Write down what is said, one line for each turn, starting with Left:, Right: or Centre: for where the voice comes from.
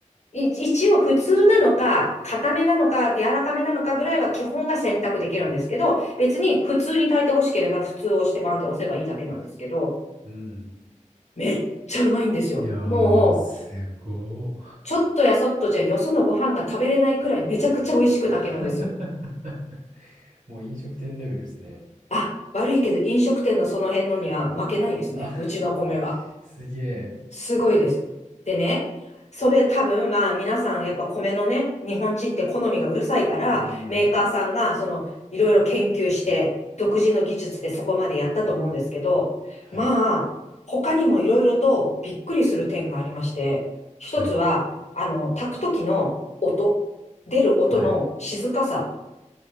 Left: い一応普通なのか、硬めなのか、柔らかめなのかぐらいは基本が選択できるんですけど、別に普通に炊いて欲しければ普通を押してバンって押せばいいだけなんですけど、
Right: うん。
Left: めっちゃうまいんですよ。
Right: いやー、
Left: もう、
Right: すごっ。
Left: ちょっとやそっとじゃよそのご飯が食べれないくらいめちゃくちゃ美味しく炊けるんです。
Right: <laughs> もう飲食店レベルですね。
Left: あ、悪いけど飲食店のその辺のには負けないですね。
Right: あ、
Left: うちの米は。
Right: すげえ。
Left: すごいです。でね、それ多分まあ皆さんやっぱ米のね、日本人って好みがうるさいから、
Right: うーん。
Left: メーカーさんがそのいろいろ研究して、独自の技術でそこまでやったと思うんですけど、
Right: はい。
Left: まあ、他にもいろいろとびっくりする点がありまして、一つは、
Right: はい。
Left: あの、炊く時の音、出る音の静かさ。
Right: はい。